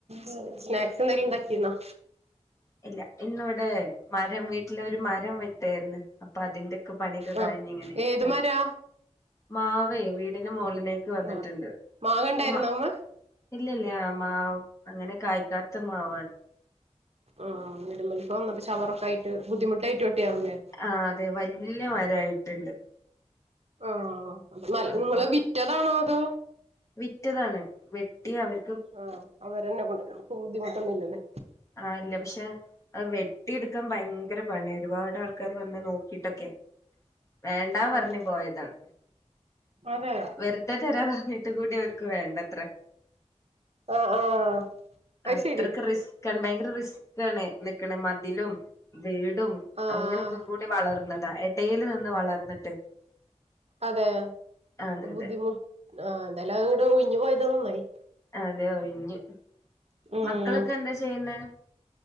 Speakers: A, on the right (about 60°); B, on the left (about 25°).
A: സ് സ്നാക്സ് എന്തേലുണ്ടാക്കീര്ന്നോ
B: ഇല്ല ഇന്നിവിടെ മരം വീട്ടില ഒരു മരം വെട്ടാര്ന്നു അപ്പൊ അതിന്റെ ക്ക പണിയൊക്കെ കഴിഞ്ഞ്
A: ആഹ്
B: ഇങ്ങനിരിക്കാ
A: ഏത് മരാ
B: മാവേ വീടിന്റെ മോളിലേക്ക് വന്നിട്ടുണ്ട്
A: ആഹ് മാങ്ങ ഉണ്ടായിരുന്നോ
B: ഉമ
A: അമ്മ
B: ഇല്ലില്ല ആ മാവ് അങ്ങനെ കായ്ക്കാത്ത മാവാണ്
A: ആഹ് ഇടുമലപ്പ വന്ന് ചവർപ്പായിട്ട് ബുദ്ധിമുട്ടായിട്ട് വെട്ടിയാവുല്ലേ
B: ആ അതെ വല്യ മരായിട്ടുണ്ട്
A: ഓഹ് നല്ല
B: അപ്പൊ
A: നിങ്ങള് വിറ്റതാണോ അതോ
B: വിറ്റതാണ് വെട്ടി അവർ
A: ആഹ് അവരന്നെ കൊണ്ടെരും നമുക്ക് ബുദ്ധിമുട്ടൊന്നുല്ലല്ലോ
B: ആ ഇല്ല പക്ഷെ അത് വെട്ടിയെടുക്കാൻ ഭയങ്കര പണി ഒരുപാട് ആൾക്കാര് വന്ന് നോ കിട്ടക്കെ വേണ്ടാ
A: ആഹ്
B: പർഞ്ഞ് പോയതാണ്.
A: അതെ
B: വെർതെ തരാ പർഞ്ഞിട്ട് കൂടി ഓര്ക്ക് വേണ്ടത്രെ.
A: ഓഹ് ഓഹ് അയ്ശരി.
B: അത്രക്ക് റിസ്ക്കാണ് ഭയങ്കര റിസ്ക്കാണ് നിക്ക്ണ് മതിലും വീടും
A: ആഹ്
B: അങ്ങനൊക്കെ കൊ കൂടി വളർന്നതാ എടേല് നിന്ന് വളർന്ന്ട്ട്.
A: അതെ
B: അതെ അതെ
A: ബുദ്ധിമു ആഹ് എന്താല് അങ്ങട് ഒയ്ഞ്ഞു പോയത് നന്നായി.
B: അതെ ഒഴിഞ്ഞ്,
A: ഉം
B: മക്കളൊക്കെ എന്താ ചെയ്യുന്നേ?